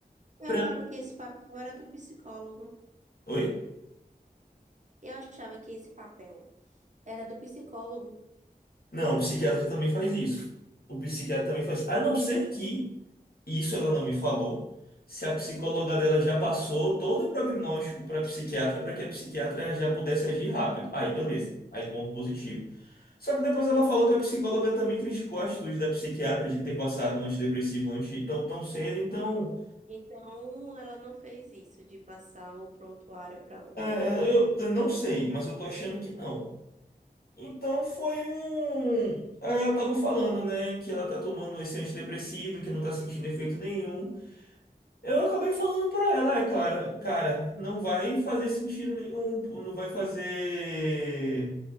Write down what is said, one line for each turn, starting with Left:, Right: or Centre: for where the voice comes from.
Right: Eu
Left: Pra...
Right: achava que esse papel era do psicólogo.
Left: Oi?
Right: Eu achava que esse papel era do psicólogo.
Left: Não, o psiquiatra também faz isso. O psiquiatra também faz. A não ser que, e isso ela não me falou, se a psicóloga dela já passou todo o prognóstico para a psiquiatra para que a psiquiatra já pudesse agir rápido. Aí, beleza. Aí, ponto positivo. Só que depois ela falou que a psicóloga também criticou a atitude da psiquiatra de ter passado antidepressivo anti tão, tão cedo. Então,
Right: Então, ela não fez isso de passar o prontuário para outra.
Left: é, é, eu, eu não sei, mas eu tô achando que não. Então foi um. Aí Ela tava falando, né, que ela tá tomando esse antidepressivo, que não tá sentindo efeito nenhum. Eu acabei falando pra ela, é, cara, cara, não vai fazer sentido nenhum, não vai fazer